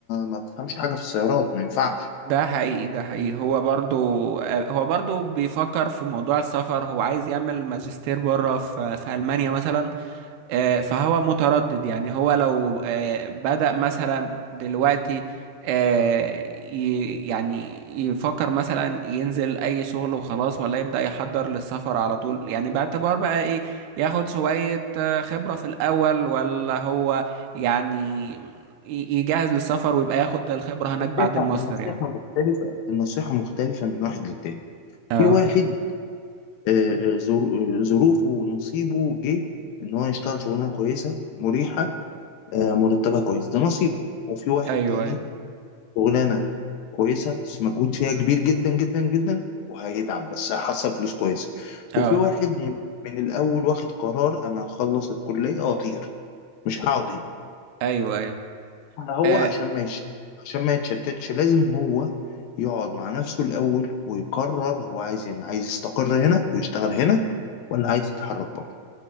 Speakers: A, on the left; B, on the right.
A: ما بفهمش حاجه في السيارات ما ينفعش
B: ده حقيقي ده حقيقي هو برضو آه، هو برضو بيفكر في موضوع السفر هو عايز يعمل ماجستير بره في في المانيا مثلا آه، فهو متردد يعني هو لو آه، بدأ مثلا دلوقتي آه، ي- يعني يفكر مثلا ينزل أي شغل وخلاص ولا يبدأ يحضر للسفر على طول يعني باعتبار بقى إيه ياخد شوية آه، خبرة في الأول ولا هو يعني ي- يجهز للسفر ويبقى ياخد الخبرة هناك
A: النصيحه
B: بعد الماستر
A: النصيحه
B: يعني
A: مختلفه النصيحه مختلفه من واحد للتاني
B: اه
A: في واحد آه، آه، ظر- آه، ظروفه ونصيبه جه ان هو يشتغل شغلانه كويسه مريحه آه، مرتبها كويس ده نصيبه وفي واحد
B: ايوه
A: تاني
B: ايوه
A: شغلانه كويسه بس مجهود فيها كبير جدا جدا جدا وهيتعب بس هيحصل فلوس كويسه
B: اه
A: وفي واحد من من الاول واخد قرار انا هخلص الكليه واطير مش هقعد هنا
B: ايوه ايوه
A: أنا هو
B: آه،
A: عشان ما يش... عشان ما يتشتتش لازم هو يقعد مع نفسه الاول ويقرر هو عايز يعني عايز يستقر هنا ويشتغل هنا ولا عايز يتحرك بره